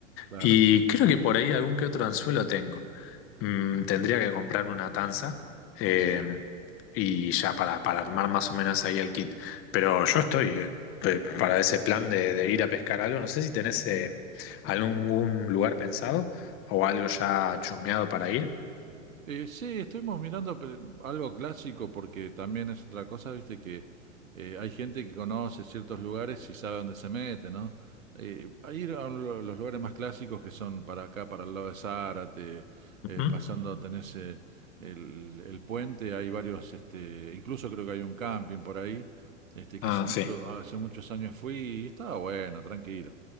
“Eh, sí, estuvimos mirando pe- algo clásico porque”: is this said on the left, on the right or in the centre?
Right